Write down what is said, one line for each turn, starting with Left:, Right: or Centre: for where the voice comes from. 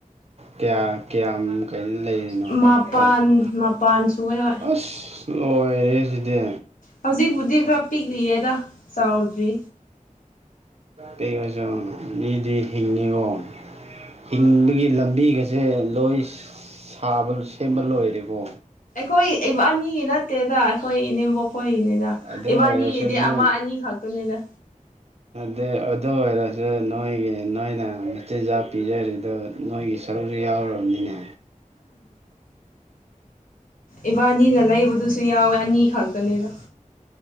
Right: ꯀꯌꯥ ꯀꯌꯥ ꯀꯩ ꯂꯩꯔꯤꯅꯣ
Left: ꯃꯄꯥꯟ
Right: ꯀꯣꯛꯇ
Left: ꯃꯄꯥꯟ ꯁꯨꯋꯦ ꯍꯣꯏ
Right: ꯑꯁ ꯂꯣꯏꯔꯦꯁꯤꯗꯤ
Left: ꯍꯧꯖꯤꯛꯄꯕꯨꯗꯤ ꯈꯔ ꯄꯤꯛꯂꯤꯌꯦꯗ ꯆꯥꯎꯗ꯭ꯔꯤ
Right: ꯀꯌꯖ ꯅꯗꯤ ꯍꯤꯡꯅꯤ ꯔꯣ ꯍꯤꯡꯕꯒꯤ ꯂꯝꯕꯤꯒꯁꯦ ꯂꯣꯏ ꯁꯥꯕ ꯁꯦꯝꯕ ꯂꯣꯏꯔꯦꯀꯣ
Left: ꯑꯩꯈꯣꯏ ꯏꯕ ꯑꯅꯤꯒꯤ ꯅꯠꯇꯦꯗ ꯑꯩꯈꯣꯏ ꯏꯅꯦꯝꯕꯣꯛ ꯍꯣꯏꯅꯦꯗ
Right: ꯑꯗꯨ
Left: ꯏꯕꯥꯅꯤꯒꯤꯗꯤ
Right: ꯑꯣꯏꯔꯁꯨ ꯅꯣꯏ
Left: ꯑꯃ ꯑꯅꯤ ꯈꯛꯇꯅꯦꯗ
Right: ꯑꯩ ꯑꯗꯨ ꯑꯣꯏꯔꯁꯨ ꯅꯣꯏꯒꯤ ꯅꯣꯏꯅ ꯃꯆꯤꯟꯖꯥꯛ ꯄꯤꯖꯔꯤꯗꯨ ꯅꯣꯏꯒꯤ ꯁꯔꯨꯛꯁꯨ ꯌꯥꯎ ꯊꯧꯔꯝꯗꯅ
Left: ꯏꯕꯥꯅꯤꯅ ꯂꯩꯕꯗꯨꯁꯨ ꯁꯨ ꯌꯥꯎꯋꯦ ꯑꯅꯤ ꯈꯛꯇꯅꯤꯗ